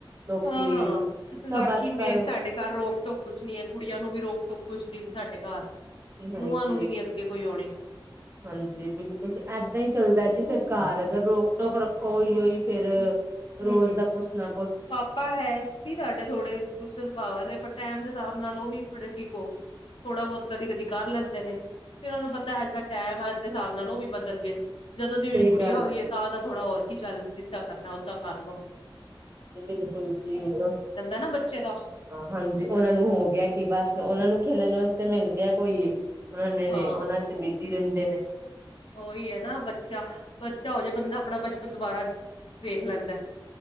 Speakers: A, on the right; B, on the left.
A: ਲੋਕੀ
B: ਹਾਂ
A: ਸਭ
B: ਬਾਕੀ
A: ਅੱਜ
B: ਮੈਂ
A: ਕੱਲ
B: ਸਾਡੇ ਘਰ ਰੋਕ-ਟੋਕ ਕੁਛ ਨੀ ਐ ਕੁੜੀਆਂ ਨੂੰ ਵੀ ਰੋਕ-ਟੋਕ ਕੁਛ ਨੀ ਸੀ ਸਾਡੇ ਘਰ।
A: ਹਾਂਜੀ
B: ਨੂਆ ਨੂੰ ਵੀ ਨੀ ਅੱਗੇ ਕੋਈ ਆਉਣੀ।
A: ਹਾਂਜੀ ਬਿਲਕੁਲ, ਏਦਾ ਈ ਚੱਲਦਾ ਜੀ ਫਿਰ ਘਰ ਅਗਰ ਰੋਕ-ਟੋਕ ਰੱਖੋ ਓਈ, ਓਈ ਫਿਰ
B: ਹਮ
A: ਰੋਜ਼
B: ਹਮ
A: ਦਾ ਕੁਛ ਨਾ
B: ਪਾਪਾ ਹੈ ਸੀ, ਸਾਡੇ ਥੋੜੇ ਗੁੱਸੇ ਸੁਭਾਅ ਵਾਲੇ ਪਰ ਟਾਈਮ ਦੇ ਹਿਸਾਬ ਨਾਲ ਉਹ ਵੀ ਥੋੜੇ ਠੀਕ ਹੋ ਗਏ ਥੋੜਾ ਬਹੁਤ ਕਦੀ-ਕਦੀ ਕਰ ਲੈਂਦੇ ਨੇ ਫਿਰ ਉਹਨੂੰ ਪਤਾ ਹਜੇ ਤਾ ਟਾਈਮ ਆ, ਅੱਜ ਦੇ ਹਿਸਾਬ ਨਾਲ ਉਹ ਵੀ ਬਦਲਗੇ। ਜਦੋਂ ਦੀ ਮੇਰੀ
A: ਸਹੀ
B: ਗੁੜੀਆ
A: ਗੱਲ
B: ਹੋਈ ਹੈ ਤਾਂ ਉਹਦਾ ਥੋੜਾ ਹੋਰ ਕਿ ਚੱਲ ਜਿੱਦਾਂ ਕਰਨਾ ਓਦਾਂ ਕਰਲੋ
A: ਜੀ, ਬਿਲਕੁਲ ਜੀ ਹਾ,
B: ਨਾ ਬੱਚੇ ਦਾ
A: ਹਾਂਜੀ ਉਹਨਾਂ ਨੂੰ ਹੋ ਗਿਆ ਕਿ ਬਸ। ਉਹਨਾਂ ਨੂੰ ਖੇਲਣ ਵਾਸਤੇ ਤੇ ਮਿਲ ਗਿਆ। ਕੋਈ ਉਹਨਾਂ ਨੇ
B: ਹਾਂ
A: ਉਹਨਾਂ ਚ ਬੀਜੀ ਰਹਿੰਦੇ ਨੇ।
B: ਉਹੀ ਹੈ ਨਾ ਬੱਚਾ, ਬੱਚਾ ਹੋ ਜੇ। ਬੰਦਾ ਆਪਣਾ ਬਚਪਨ ਦੁਬਾਰਾ ਵੇਖ ਲੈਦਾਂ।